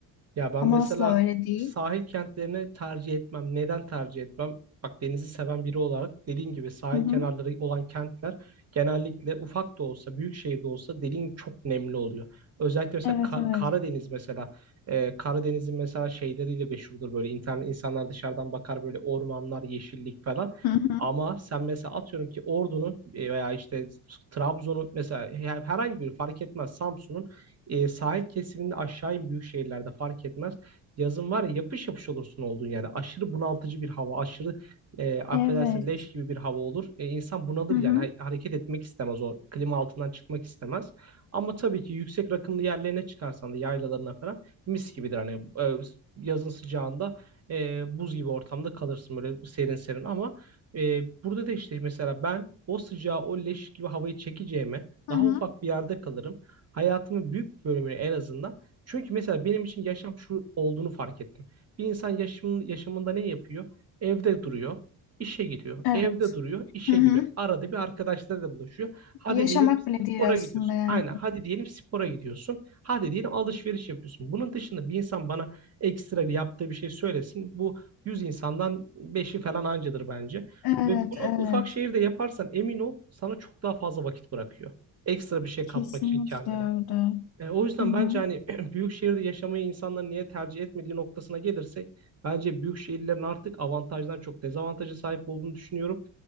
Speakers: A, on the right (about 35°); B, on the left (about 55°).
A: Ya ben
B: Ama
A: mesela
B: asla öyle değil.
A: sahil kentlerini tercih etmem. Neden tercih etmem? Bak denizi seven biri olarak dediğin gibi sahil
B: Hı hı.
A: kenarları olan kentler genellikle ufak da olsa, büyük şehirde olsa dediğin gibi çok nemli oluyor. Özellikle mesela
B: Evet
A: Ka-
B: evet.
A: Karadeniz mesela e, Karadeniz'in mesela şeyleriyle meşhurdur böyle internet insanlar dışarıdan bakar böyle ormanlar, yeşillik falan.
B: Hı hı.
A: Ama sen mesela atıyorum ki Ordu'nun e, veya işte Trabzon'un mesela her- herhangi bir fark etmez Samsun'un e, sahil kesiminin aşağı in büyük şehirlerde fark etmez. Yazın var ya yapış yapış olursun olduğun yerde. Aşırı bunaltıcı bir hava, aşırı e, affedersin
B: Evet.
A: leş gibi bir hava olur. E, insan bunalır
B: Hı
A: yani
B: hı.
A: ha- hareket etmek istemez o klima altından çıkmak istemez. Ama tabii ki yüksek rakımlı yerlerine çıkarsan da yaylalarına falan mis gibidir. Hani e, yazın sıcağında e, buz gibi ortamda kalırsın böyle serin serin ama e, burada da işte mesela ben o sıcağı o leş gibi havayı çekeceğime daha
B: Hı hı.
A: ufak bir yerde kalırım. Hayatımın büyük bir bölümünü en azından. Çünkü mesela benim için yaşam şu olduğunu fark ettim. Bir insan yaşamın, yaşamında ne yapıyor? Evde duruyor, işe gidiyor.
B: Evet.
A: Evde duruyor, işe
B: Hı hı.
A: gidiyor. Arada bir arkadaşlarıyla buluşuyor. Hadi
B: Yaşamak
A: diyelim
B: bile değil
A: spora
B: aslında
A: gidiyorsun.
B: yani.
A: Aynen. Hadi diyelim spora gidiyorsun. Hadi diyelim alışveriş yapıyorsun. Bunun dışında bir insan bana ekstra yaptığı bir şey söylesin. Bu 100 insandan beşi falan ancadır bence.
B: Evet,
A: Ve bunu
B: evet.
A: ufak şehirde yaparsan emin ol sana çok daha fazla vakit bırakıyor. Ekstra bir şey katmak
B: Kesinlikle
A: için kendine.
B: öyle.
A: E, o yüzden
B: Hı hı.
A: bence hani <clears throat> büyük şehirde yaşamayı insanlar niye tercih etmediği noktasına gelirsek bence büyük şehirlerin artık avantajdan çok dezavantaja sahip olduğunu düşünüyorum.